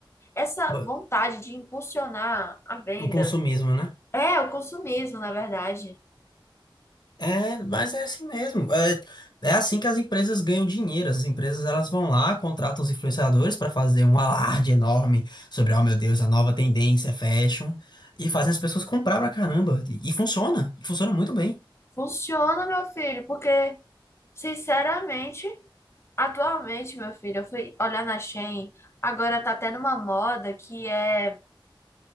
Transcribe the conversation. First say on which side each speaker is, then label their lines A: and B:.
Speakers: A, on the left (about 30°); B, on the left (about 55°).
A: essa
B: Pô,
A: vontade de impulsionar a venda.
B: O consumismo, né?
A: É, o consumismo, na verdade.
B: É, mas é assim mesmo. É, é assim que as empresas ganham dinheiro. As empresas elas vão lá, contratam os influenciadores para fazer um alarde enorme sobre, oh meu Deus, a nova tendência é fashion e fazem as pessoas comprar pra caramba. E, e funciona, e funciona muito bem.
A: Funciona, meu filho, porque, sinceramente. Atualmente, meu filho, eu fui olhar na Shein, agora tá até numa moda que é.